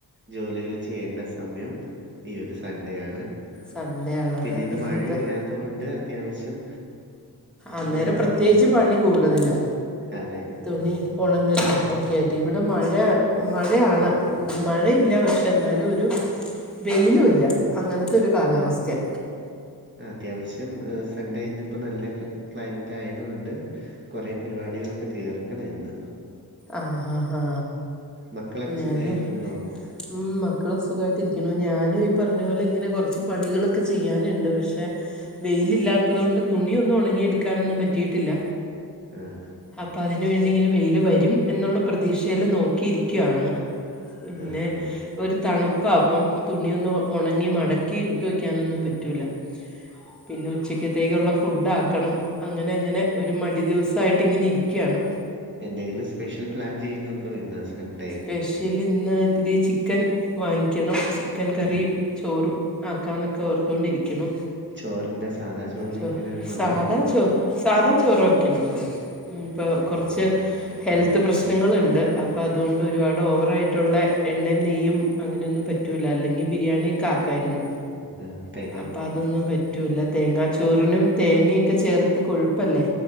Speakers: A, on the right; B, in the centre.
A: ജോലികളും ചെയ്യേണ്ട സമയം ഈ ഒരു സൺഡേ ആണ്
B: സൺഡേ ആണത്
A: പിന്നെ ഇന്ന്
B: ഇന്നിപ്പോൾ
A: മഴയില്ലാത്ത കൊണ്ട് അത്യാവശ്യം
B: അന്നേരം
A: കൊറെ പണി
B: പ്രത്യേകിച്ച് പണി കൂടുതലാ.
A: അതെ
B: തുണി ഒണങ്ങലും ഒക്കെയായിട്ട് ഇവിടെ മഴ മഴയാണ്. മഴയില്ല പക്ഷെ എന്നാലും ഒരു വെയിലും ഇല്ല അങ്ങനത്തെ ഒരു കാലാവസ്ഥയ.
A: അത്യാവശ്യം ഹ് സൺഡേ ഇന്ന് ഇപ്പ നല്ല ക്ലൈമറ്റ് ആയത് കൊണ്ട് കൊറേ പരിപാടികളൊക്കെ തീർക്കണം ഇന്ന്
B: ആ ഹാ ഹാ
A: മക്കളൊക്കെ
B: ഞാനും
A: സുഖമായിരിക്കുന്നോ
B: ഉം മക്കള് സുഖായിട്ടിരിക്ക്ണു ഞാനും ഈ പറഞ്ഞ പോലെ ഇങ്ങനെ കൊറച്ച് പണികളൊക്കെ ചെയ്യാനുണ്ട് പക്ഷെ വെയിലില്ലാത്തത് കൊണ്ട് തുണിയൊന്നും ഒണങ്ങിയെടുക്കാനൊന്നും പറ്റിയിട്ടില്ല.
A: ആഹ്
B: അപ്പൊ അതിനുവേണ്ടി ഇങ്ങനെ വെയില് വരും എന്നുള്ള പ്രതീക്ഷയില് നോക്കിയിരിക്കുവാണ്. പിന്നെ
A: ആഹ്, ആഹ്.
B: ഒരു തണുപ്പാപ്പം തുണിയൊന്ന് ഒ ഒണങ്ങി മടക്കി ഇട്ത്ത് വയ്ക്കാനൊന്നും പറ്റൂല്ല. പിന്നെ ഉച്ചക്കത്തേക്കുള്ള ഫുഡ് ആക്കണം അങ്ങനെ അങ്ങനെ ഒരു മടി ദിവസായി ട്ട് ഇങ്ങനെ ഇരിക്ക്യാണ്.
A: എന്തെങ്കിലും സ്പെഷ്യൽ പ്ലാൻ ചെയ്യുന്നുണ്ടോ ഇന്ന് സൺഡേ?
B: സ്പെഷ്യൽ ഇന്ന് ഇത്തിരി ചിക്കൻ വാങ്ങിക്കണം ചിക്കൻ കറിയും
A: ഉം.
B: ചോറും ആക്കാന്നൊക്കെ ഓർത്തോണ്ടിരിക്ക്ണു
A: ചോറെന്താ സാധാ ചോറ്
B: ചോ
A: വെക്കാനാണോ അതോ
B: സാധാ ചോർ. സാധാ ചോറ് വയ്ക്കണള്ളൂ ഉം ഇപ്പോ കൊറച്ച് ഹെൽത്ത് പ്രശ്നങ്ങള്ണ്ട്. പ്പ അതുകൊണ്ട് ഒരുപാട് ഓവറായിട്ടുള്ളേ എണ്ണേം നെയ്യും അങ്ങനെയൊന്നും പറ്റൂല്ല അല്ലെങ്കിൽ ബിരിയാണിയക്കെ ആക്കായിരുന്നു.
A: ആ തെ
B: അപ്പം അതൊന്നും പറ്റൂല്ല തേങ്ങാച്ചോറിനും തേങ്ങയൊക്കെ ചേർത്ത് കൊഴുപ്പല്ലേ.